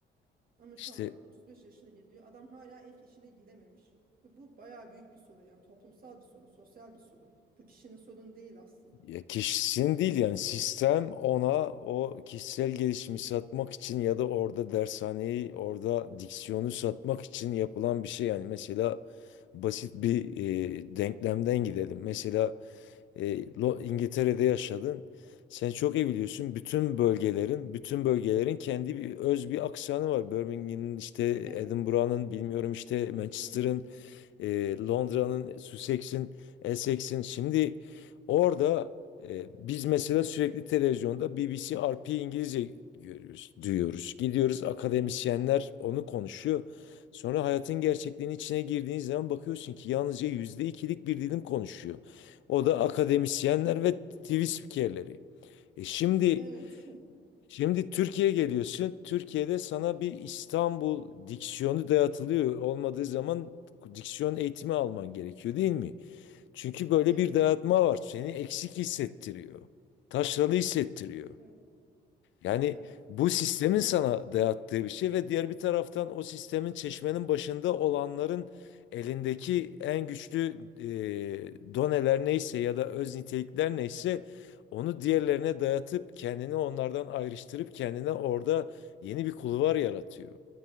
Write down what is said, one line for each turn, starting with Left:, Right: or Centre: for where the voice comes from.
Right: Ama
Left: işte
Right: şu anda 35 yaşına geliyor. Adam hala ilk işine girememiş. Ve bu bayağı büyük bir sorun yani toplumsal bir sorun, sosyal bir sorun. Bu kişinin sorunu değil aslında.
Left: ya kişinin değil yani sistem ona o kişisel gelişimi satmak için ya da orada dershaneyi orada diksiyonu satmak için yapılan bir şey yani mesela basit bir e, denklemden gidelim. Mesela E, Lo- İngiltere'de yaşadın. Sen çok iyi biliyorsun. Bütün bölgelerin, bütün bölgelerin kendi bir öz bir aksanı var. Birmingham'ın işte
Right: Evet.
Left: Edinburgh'ın bilmiyorum işte Manchester'ın
Right: Hı hı.
Left: e, Londra'nın, Sussex'in, Essex'in. Şimdi orada e, biz mesela sürekli televizyonda BBC RP İngilizce görüyoruz, duyuyoruz. Gidiyoruz akademisyenler
Right: Hı hı.
Left: onu konuşuyor. Sonra hayatın gerçekliğinin içine girdiğiniz zaman bakıyorsun ki yalnızca yüzde ikilik bir dilim konuşuyor. O da akademisyenler ve TV spikerleri. E şimdi
Right: Evet. <laughs>
Left: Şimdi Türkiye'ye geliyorsun. Türkiye'de sana bir İstanbul diksiyonu dayatılıyor. Olmadığı zaman diksiyon eğitimi alman gerekiyor değil mi? Çünkü böyle
Right: Evet.
Left: bir dayatma var. Seni eksik hissettiriyor. Taşralı hissettiriyor.
Right: Evet.
Left: Yani
Right: Evet.
Left: bu sistemin sana dayattığı bir şey ve diğer bir taraftan o sistemin çeşmenin başında olanların elindeki en güçlü e, doneler neyse ya da öz nitelikler neyse onu diğerlerine dayatıp kendini onlardan ayrıştırıp kendine orada yeni bir kulvar yaratıyor.